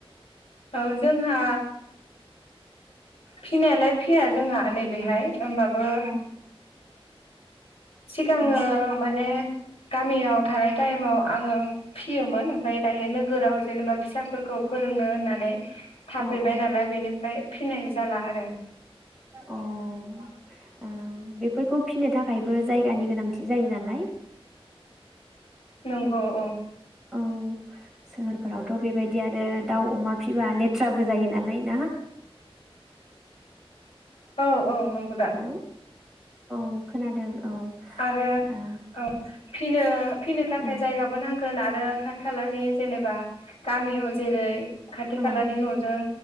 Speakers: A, on the left; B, in the centre.
A: औ जोंहा फिनायालाय फिया जोंहा नै बेहाय ओमबाबो
B: औ
A: सिगाङो
B: औ
A: माने गामियाव थानाय टाइमाव आङो फियोमोन ओमफ्राय दायो नोगोराव जेनेबा फिसाफोरखौ फोरोंनो होननानै थाफैबाय
B: औ औ
A: नालाय बेनिफ्राय फिनाय जाला आरो
B: अ ओम बेफोरखौ फिनो थाखायबो जायगानि गोनांथि जायो नालाय।
A: नंगौ औ
B: औ सोहोर फोराव थ' बेबायदि आरो दाउ अमा फिसिबा लेथ्राबो जायो नालाय ना
A: औ औ नंगौ दा
B: हेलौ औ खोनादों औ।
A: आरो
B: आ
A: औ फिनो फिनो थाखाय
B: औ
A: जायगाबो नां गोन आरो खाथि खालानि जेनेबा गामियाव जेरै खाथि
B: औ
A: खालानि न'जों